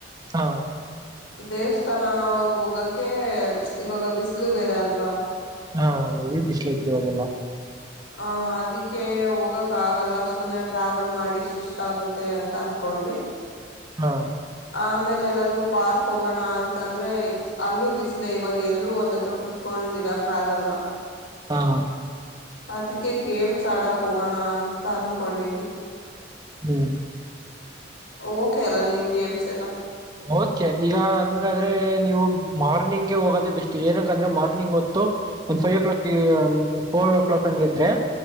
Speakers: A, on the right (about 20°); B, on the left (about 80°).
A: ಹಾ
B: ದೇವಸ್ಥಾನ ಹೋಗಕ ಇವಾಗ ಬಿಸಿಲು ಬೇರೆ ಅಲ್ವಾ
A: ಹಾ ನೀ ಬಿಸ್ಲೈತಿ ಇವಾಗೆಲ್ಲ
B: ಹ ಅದಿಕ್ಕೆ ಹೋಗಕ್ ಆಗಲ್ಲ ಸುಮ್ನೆ ಟ್ರಾವೆಲ್ ಮಾಡಿ ಸುಸ್ತಾಗುತ್ತೆ ಅಂತ ಅನ್ ಕೊಂಡವಿ
A: ಹಾ
B: ಆಮೇಲೆ ಎಲ್ಲಾದ್ರೂ ಪಾರ್ಕ್ ಹೋಗೋಣ ಅಂತಂದ್ರೆ ಅಲ್ಲೂ ಬಿಸ್ಲೆ ಇವಾಗ ಎಲ್ಲೂ ಒಂದ್ ಹತ್ರ ಕುೂತ್ಕೊಂಡ್ಿರಕ್ ಆಗಲ್ಲ
A: ಹಾ
B: ಅದಕ್ಕೆ ಗೇಮ್ಸ್ಡ ಹೋಗೋಣ ಅಂತ ಅನ್ಕೊಂಡವಿ
A: ಹ್ಮ್
B: ಓಖಲ್ಲ ನೀ ಗೇಮ್ಸ್ ಎಲ್ಲ
A: ಓಕೆ ಈಗ ಹಂಗಾದ್ರೆ ನೀವು ಮಾರ್ನಿಂಗಗೆ ಹೋಗೋದ ಬೆಸ್ಟ್ ಏನಕಂದ್ರೆ ಮಾರ್ನಿಂಗ್ ಒಂದ್ five o'clock four o'clock ಹಂಗ ಇದ್ರೆ